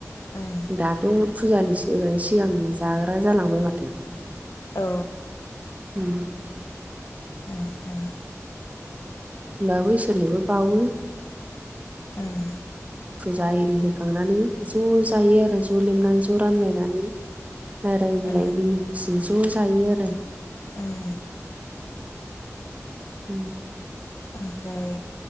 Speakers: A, on the left (about 65°); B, on the right (about 25°).
A: औ ओं
B: दाथ' फुजानि सिगां सिगां जाग्रा जालांबाय माथो।
A: औ।
B: उम।
A: ए ए।
B: होनबाबो इसोरनोबो बावो।
A: ओं
B: फुजा एरि होखांनानै ज' जायो आरो ज' लेमनानै ज' रानलायनानै। रायलाय होनलाय
A: ओं
B: मिनि खुसि ज' जायो आरो।
A: ओं
B: उम
A: ओमफ्राय